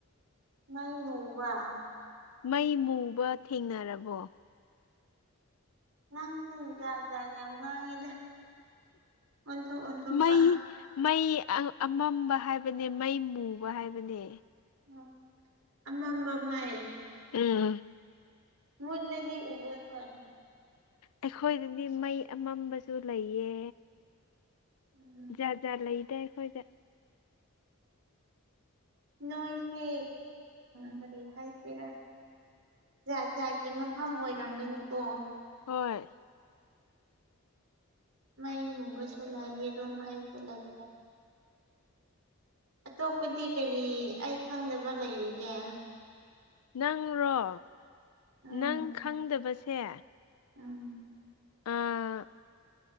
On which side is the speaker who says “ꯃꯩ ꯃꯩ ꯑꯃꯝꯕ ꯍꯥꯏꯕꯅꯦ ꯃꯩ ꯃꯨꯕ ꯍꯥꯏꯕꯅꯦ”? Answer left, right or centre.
Left